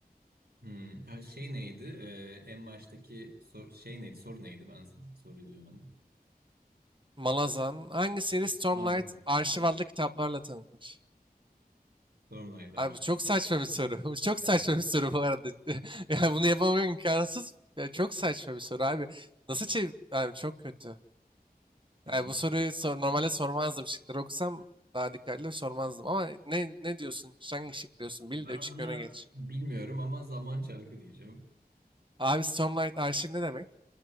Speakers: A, on the right (about 85°); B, on the right (about 30°).
A: Hmm, ha, Şey neydi? Ee, en baştaki sor- şey neydi? Soru neydi? Ben soruyu duyamadım.
B: Malazan hangi seri Stormlight
A: Anladım.
B: Arşiv
A: Hı,
B: adlı kitaplarla tanınır?
A: Sorum neydi?
B: Abi
A: Ayşe?
B: bu çok saçma bir soru. <laughs> Bu çok
A: Evet.
B: saçma bir soru bu arada. <laughs> Yani bunu yapamam imkansız. Ya çok saçma bir soru abi. Nasıl çev... Abi çok kötü.
A: Tamam.
B: Yani bu soruyu sor normalde sormazdım. Şıkları okusam daha dikkatli sormazdım. Ama ne ne diyorsun? Hangi şık diyorsun? Bil
A: Ben
B: de 3-2
A: buna
B: öne geç.
A: bilmiyorum ama zaman çarkı diyeceğim.
B: Abi Stormlight arşiv ne demek?